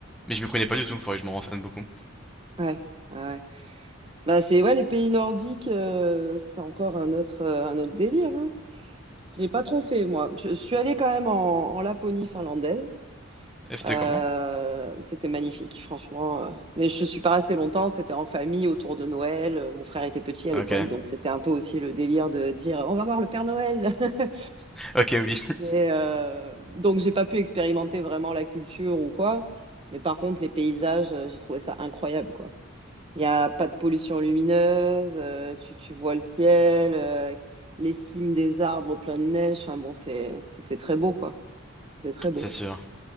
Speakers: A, in the centre; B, on the right (about 25°).
A: Mais je me connais pas du tout, faudrait que je m'en renseigne beaucoup.
B: Ouais. Ouais. Bah, c'est ouais, les pays nordiques, euh, c'est encore un autre, euh, un autre délire. Hein. Je l'ai pas trop fait, moi. Je, je suis allée quand même en, en Laponie finlandaise.
A: Et c'était
B: Euh,
A: comment?
B: c'était magnifique, franchement. euh. Mais je suis pas restée longtemps. C'était en famille autour de Noël. Euh, Mon frère était petit à
A: Ok.
B: l'époque, donc c'était un peu aussi le délire de dire on va voir le Père Noël. <laughs>
A: Ok, oui, <laughs>
B: Mais, euh, donc j'ai pas pu expérimenter vraiment la culture ou quoi. Mais par contre, les paysages, euh, j'ai trouvé ça incroyable, quoi. Il n'y a pas de pollution lumineuse, euh, tu, tu vois le ciel, euh, les cimes des arbres pleins de neige. Enfin bon, c'est, c'était très beau, quoi. C'était très beau.
A: c'est sûr.